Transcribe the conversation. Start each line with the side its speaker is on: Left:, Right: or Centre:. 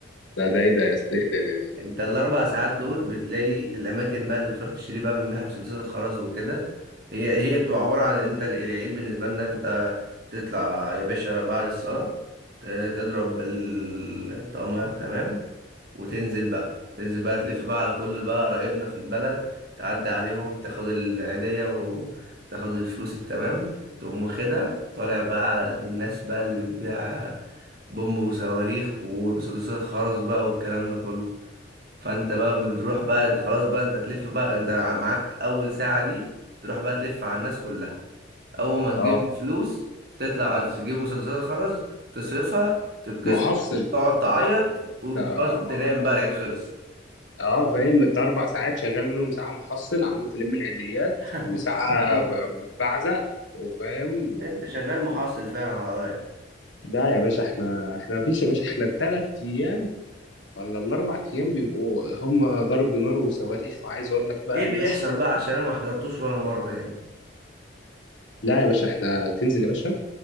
Left: ده ده ايه ده يا اسطى ايه ده ده ده ده-
Right: انت
Left: ده.
Right: الاربع ساعات دول بتلاقي الاماكن بقى اللي بتروح تشتري بقى منها مسدسات الخرز وكده هي هي بتبقى عباره عن انت ال- العيد بالنسبه لنا انت تطلع يا باشا بعد الصلاه ت- تضرب ال- الطقميات تمام وتنزل بقى تنزل بقى تلف بقى على كل بقى قرايبنا في البلد تعدي عليهم تاخد العيديه وتاخد الفلوس التمام تقوم واخدها طالع بقى على الناس بقى اللي بتبيع بومب وصواريخ ومسدسات الخرز بقى والكلام ده كله فانت بقى بتروح بقى خلاص بقى انت تلف بقى انت ع- معاك اول ساعة دي تروح بقى تلف على الناس كلها اول ما تجيب
Left: اه
Right: الفلوس تطلع تجيب مسدسات الخرز تصرفها تتكسر
Left: محصل
Right: تقعد تعيط
Left: محصل
Right: وخلاص
Left: اه
Right: تنام بقى العيد خلص
Left: اه، فاهم انت اربع ساعات شغال منهم ساعه محصل عمال تلم العيديات
Right: <laughs>
Left: وساعه
Right: بالظبط
Left: ب- بعزق وفاهم
Right: انت شغال محصل فعلا على رايك
Left: لا يا باشا احنا احنا مفيش يا باشا احنا الثلاث ايام ولا الاربع ايام بيبقوا هم ضرب نار وصواريخ وعايز اقول لك بقى
Right: ايه
Left: الناس
Right: بيحصل بقى عشان انا ما حضرتوش ولا مرة هنا
Left: لا يا باشا احنا تنزل يا باشا